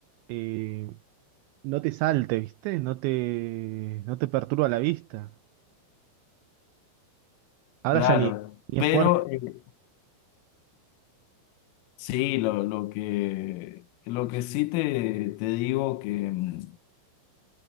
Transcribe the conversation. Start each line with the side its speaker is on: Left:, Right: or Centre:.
Right: eh, no te salte, ¿viste? No te, no te perturba la vista. Ahora
Left: claro,
Right: ya ni, ni
Left: pero
Right: esfuerzo.
Left: eh, sí, lo, lo que, lo que sí te, te digo que... mm,